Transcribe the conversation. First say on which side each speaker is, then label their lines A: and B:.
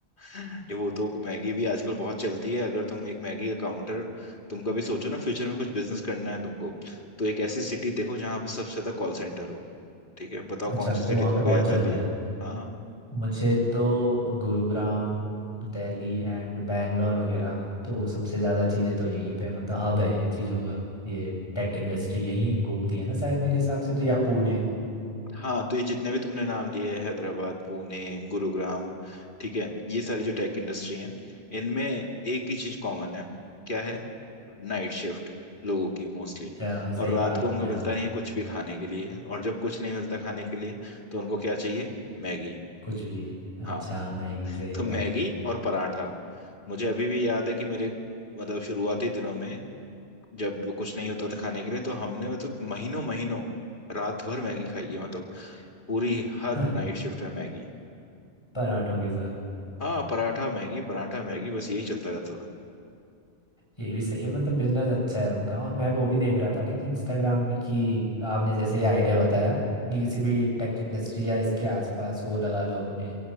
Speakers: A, on the left; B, on the left.
A: ये वो तो मैगी भी आजकल बहुत चलती है अगर तुम एक मैगी का काउंटर तुम कभी सोचो ना फ्यूचर में कुछ बिजनेस करना है तुमको तो एक ऐसी सिटी देखो जहाँ पे सबसे ज्यादा कॉल सेंटर हो ठीक है बताओ
B: अच्छा
A: कौन सी सिटी
B: तो वहाँ
A: तुमको
B: पे बहुत
A: याद
B: चलता
A: आती है
B: है
A: हाँ
B: मुझे तो गुरुग्राम दिल्ली एंड बैंगलोर वगैरह तो सबसे ज़्यादा चीज़ें तो यहीं पे मतलब हब है ये चीज़ों का ये टेक इंडस्ट्री यहीं घूमती है ना शायद मेरे हिसाब से तो या पुणे
A: हाँ तो ये जितने भी तुमने नाम लिए हैं, हैदराबाद पुणे गुरुग्राम ठीक है ये सारी जो टेक इंडस्ट्री हैं इनमें एक ही चीज कॉमन है क्या है नाइट शिफ्ट लोगों की मोस्टली
B: अ, सही
A: और रात
B: कहा
A: को
B: आपने
A: उनको मिलता
B: हाँ
A: नहीं है कुछ भी खाने के लिए और जब कुछ नहीं मिलता खाने के लिए तो उनको क्या चाहिए मैगी
B: कुछ भी
A: हाँ
B: अच्छा मैगी सही
A: तो मैगी
B: कहा
A: और पराठा मुझे अभी भी याद है कि मेरे मतलब शुरुआती दिनों में जब कुछ नहीं होता था खाने के लिए तो हमने मतलब महीनों महीनों रात भर मैगी खाई है मतलब पूरी
B: <laughs>
A: हर नाइट शिफ्ट में मैगी
B: पराठों के साथ
A: हाँ पराठा मैगी पराठा मैगी बस यही चलता रहता था
B: ये भी सही है मतलब बिजनेस अच्छा है उनका और मैं वो भी देख रहा था ना कि इंस्टाग्राम में कि आपने जैसे ये आइडिया बताया कि किसी भी टेक इंडस्ट्री या इसके आसपास वो लगा लो अपने